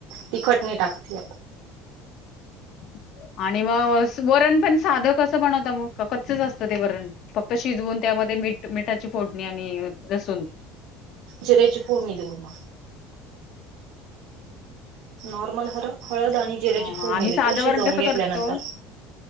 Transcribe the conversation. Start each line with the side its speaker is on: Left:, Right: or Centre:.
Right: तिखट नाही टाकती
Left: <inaudible> आणि मग वरण पण साधं कस बनवता मग का कच्चच असतं ते वरण फक्त शिजवून त्यामध्ये मिठाची फोडणी आणि लसून.
Right: जिरे ची फोडणी देऊनम नॉर्मल ह हळद आणि जिऱ्याची
Left: ह
Right: फोडणी
Left: ह आम्ही
Right: देतो
Left: साधं
Right: शिजवून
Left: वरण कसं
Right: घेतल्यानंतर.
Left: करतो